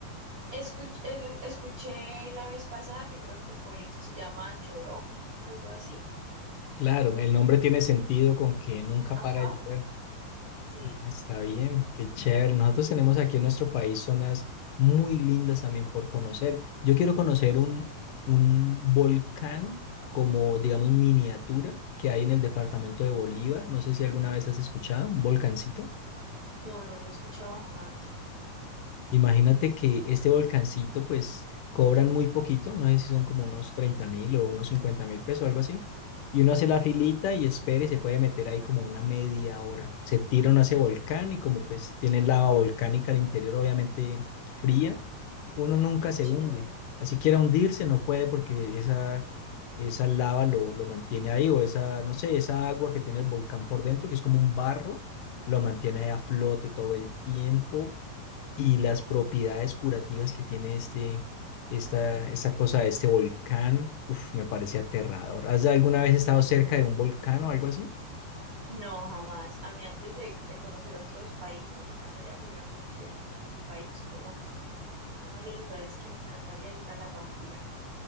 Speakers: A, on the right; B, on the left.
A: Escuch- el- escuché la vez pasada que creo que el pueblito se llama Lloró, algo así.
B: Claro, el nombre tiene sentido con que nunca
A: Ajá.
B: para de llover.
A: Sí,
B: Ah, está bien, qué chévere. Nosotros tenemos aquí en nuestro país zonas muy lindas también por conocer. Yo quiero conocer un, un volcán como, digamos, miniatura que hay en el departamento de Bolívar. No sé si alguna vez has escuchado, un volcancito.
A: no, no lo he escuchado jamás.
B: Imagínate que este volcancito, pues cobran muy poquito, no sé si son como unos treinta mil o unos cincuenta mil pesos, algo así. Y uno hace la filita y espera y se puede meter ahí como una media hora. Se tira uno a ese volcán y como pues tiene lava volcánica al interior, obviamente fría, uno nunca
A: Qué
B: se
A: chévere.
B: hunde. Así quiera hundirse, no puede porque esa, esa lava lo, lo mantiene ahí o esa, no sé, esa agua que tiene el volcán por dentro, que es como un barro, lo mantiene ahí a flote todo el tiempo y las propiedades curativas que tiene este, esta, esta cosa de este volcán, uf, me parece aterrador. ¿Has alguna vez estado cerca de un volcán o algo así?
A: No, jamás. A mí antes de, de conocer otros países, me encantaría primero conocer mi país, Colombia. Uno de los lugares que me encantaría ir a La Guajira.